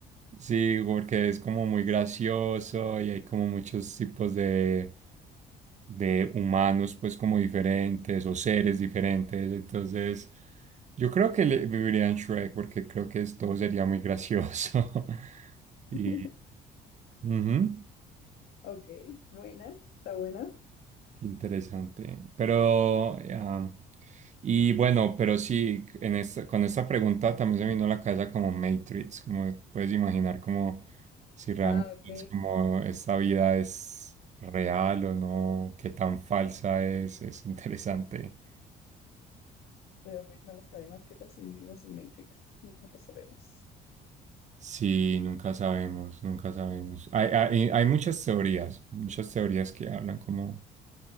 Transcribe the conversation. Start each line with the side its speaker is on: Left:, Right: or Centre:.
Right: Sí, porque es como muy gracioso y hay como muchos tipos de, de humanos, pues como diferentes o seres diferentes. Entonces, yo creo que le, viviría en Shrek porque creo que es- todo sería muy gracioso. <laughs>
Left: <laughs>
Right: Y, ujú.
Left: Ok, buena, está buena.
Right: Qué Interesante. Pero, ah, y bueno, pero sí, en esta, con esta pregunta también se me vino a la cabeza como Matrix, como puedes imaginar como si realmente
Left: Ah, ok,
Right: es como esta vida es real o no, qué tan falsa es, es interesante.
Left: pero pues no lo sabemos. ¿Qué tal si vivimos en Matrix? No lo sabemos.
Right: Sí, nunca sabemos, nunca sabemos. Hay, hay, hay muchas teorías, muchas teorías que hablan como...